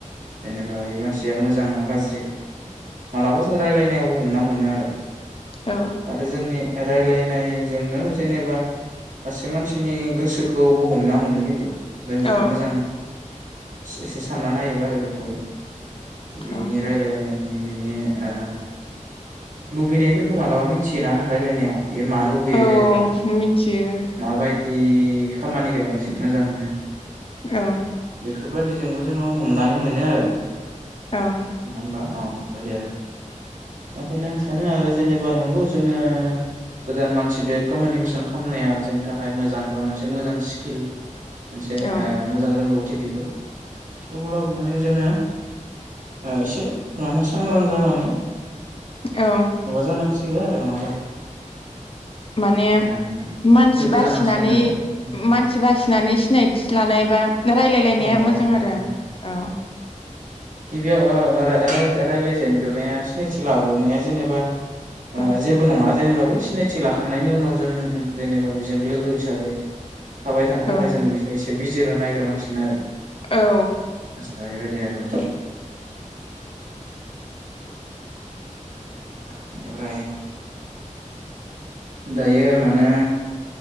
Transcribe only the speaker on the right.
जेनेबा इ मानसिया मोजां ना गाज्रि मालाबा जों रायजलायनायावबो हमना मोनो आरो
आरो जोंनि रायलायनायजोंनो जेनेबा सासे मानसिनि गोसोखौ बो हमना मोनो खिन्थु। जों जुदि
मोजां एसे सानना नायोबा आरो गोथौयै। बिनि
रायलायनायनि बिनि ओ लुबैनायफोरखो मालाबा मिथियोना रायलायनायाव ए मा लुबैयो
जेनेबा
माबायदि जि खामानिखौ बांसिन मोजां मोनो।
बेफोरबायदिजोंबो जोङो हमनानै मोनो आरो नङा
होमबा औ। बेफोरबायदि आरो ओंखायनो आं सानो आरो जेनेबा नं खौ जोङो गोदान मानसिदो कमउनिकेसन खालामनाया जोंनि थाखाय मोजां बा मोनसे से मोजां स्किल मोनसे
ओ मोजां रोंगौ टि बेफोर थेउब्लाबो माने जोङो ओ एसे मानो सांग्रां जानानै
माबा जानांसिगो आरो नङाबा।
ओ
लोगो
जानांसिगोन आरो औ
औ औ
औ
गिबियाव ओ राय रायलायजेनग्रोनाया सिनायथि लाग्रोनाया जेनोबा
ओ जेबो नङा। जेनेबा बै सिनायथि लाखांनायनि उनाव जों जेनेबा बेजों लोगो हिसाबै थाबाय थानो
थाखाय जों बेखौ एसे बिजिरना नायग्रोनांसिगोन आरो। <unintelligible> दा
बेनो आरो बेनिफ्राय दायो माने